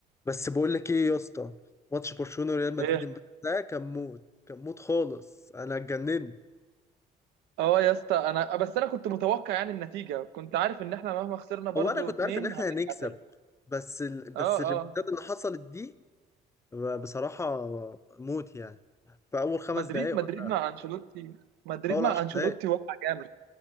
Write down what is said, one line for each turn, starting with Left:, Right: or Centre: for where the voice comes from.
Left: بس بقول لك ايه يا اسطى ماتش برشلونه وريال مدريد
Right: ايه
Left: امبارح ده كان موت كان موت خالص انا اتجننت
Right: اه يا اسطى انا بس انا كنت متوقع يعني النتيجه كنت عارف ان احنا مهما خسرنا برضو
Left: هو انا كنت
Right: اتنين
Left: عارف ان احنا
Right: هنرجع
Left: هنكسب
Right: تاني
Left: بس ال... بس
Right: اه
Left: الريمونتادا
Right: اه
Left: اللي حصلت دي ب- بصراحه موت يعني في اول خمس
Right: مدريد
Left: دقائق
Right: مدريد
Left: ولا
Right: مع انشيلوتي مدريد
Left: في اول
Right: مع
Left: 10
Right: انشيلوتي
Left: دقائق
Right: وقع جامد